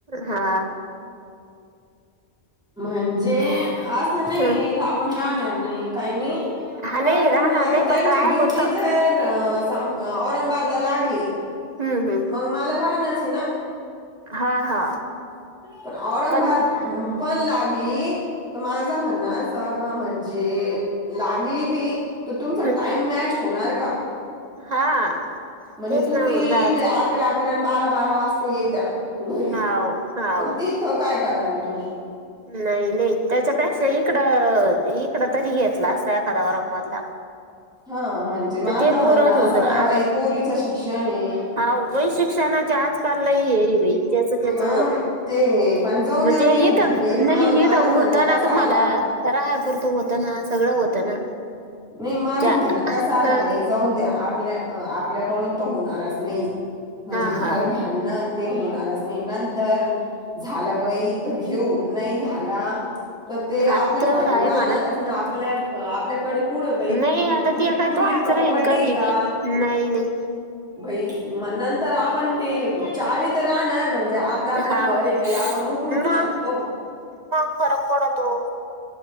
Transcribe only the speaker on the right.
हा.
हं.
हा
नाही राहणार
नाही
पण राहापुरतं
हूं हूं
हा हा.
पण
हम्म
हा
तेच
ना मग जायचं
हाव हाव
नाही नाही त्याच्यापेक्षा इकडं इकडं तरी घेतला असता एखाद्या औरंगाबादला.
तर ते
पुरत होतं
आता
हा वई शिक्षणाच्या आजकाललाही हेई जच त्याच
म्हणजे
इथ
नाही
इथ होत
ना
तुम्हाला
राहा पुरतं होत ना सगळं होतं ना.
ज्या
हा
हा हा
हा तेवढं आहे
म्हणा
नाही
आता ते काय
तोच
राहीन कधी
बी नाही नाही
हाव
मग
मग, फरक पडतो.